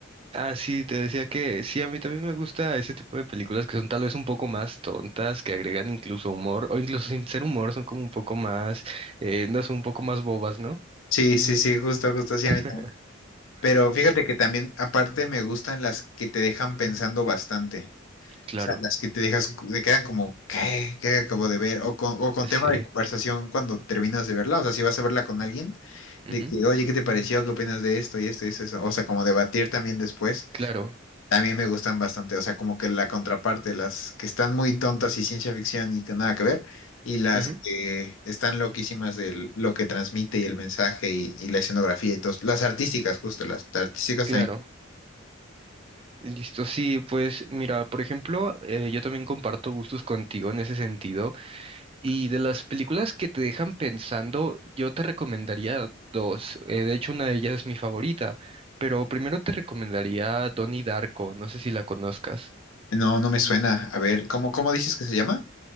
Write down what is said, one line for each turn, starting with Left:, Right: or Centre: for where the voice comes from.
Right: ah, sí, te decía que sí, a mí también me gusta ese tipo de películas que son tal vez un poco más tontas, que agregan incluso humor, o incluso sin ser humor, son como un poco más, eh, no son un poco más bobas, ¿no?
Left: Sí, sí, sí, justo, justo, sí,
Right: <laughs>
Left: a mí también. Pero fíjate
Right: pues,
Left: que también, aparte, me gustan las que te dejan pensando bastante.
Right: Claro,
Left: O sea, las que te dejas, cu- te quedan como, ¿qué? ¿Qué acabo de ver? O con, o con
Right: pues,
Left: tema
Right: sí.
Left: de conversación cuando terminas de verla. O sea, si vas a verla con alguien,
Right: ujú,
Left: de que, oye, ¿qué te pareció? ¿Qué opinas de esto y esto y eso? O sea, como debatir también después.
Right: Claro,
Left: También me gustan bastante, o sea, como que la contraparte, las que están muy tontas y ciencia ficción y que nada que ver, y las
Right: ujú,
Left: que están loquísimas de lo que transmite y el mensaje y, y la escenografía y todo. Las artísticas, justo, las artísticas
Right: claro.
Left: también.
Right: Listo, sí, pues mira, por ejemplo, eh, yo también comparto gustos contigo en ese sentido. Y de las películas que te dejan pensando, yo te recomendaría dos. Eh, de hecho, una de ellas es mi favorita. Pero primero te recomendaría Donnie Darko, no sé si la conozcas.
Left: No, no me suena. A ver, ¿cómo, cómo dices que se llama?